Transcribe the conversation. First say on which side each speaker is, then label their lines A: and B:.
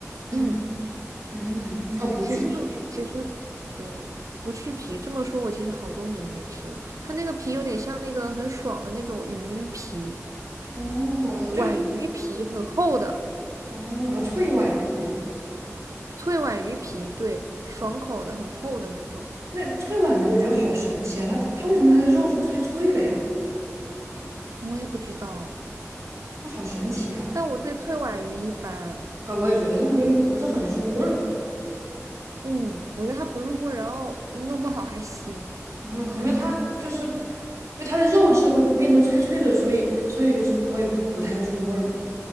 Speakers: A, on the right (about 65°); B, on the right (about 80°).
A: 嗯
B: 硬。
A: 嗯，哦，不去皮。
B: 其实这其实对，不去皮，这么说我其实好多年没吃了。它那个皮有点像那个很爽的那种鱼皮，
A: 哦，
B: 皖鱼皮很厚的，
A: 就哦，脆皖鱼。
B: 脆皖鱼皮，对，爽口的很厚的那种。
A: 那脆皖鱼我觉得好神奇啊，它它为什么它的肉是脆脆的呀？
B: 我也不知道，
A: 那好神奇啊！
B: 但我对脆皖鱼一般。
A: 哎，我也觉得它没不是很入味儿，
B: 嗯，我觉得它不入味儿然后弄不好还腥。
A: 嗯，可能因为它就是因为它的肉质会变得脆脆的，所以所以就是会不不太入味儿，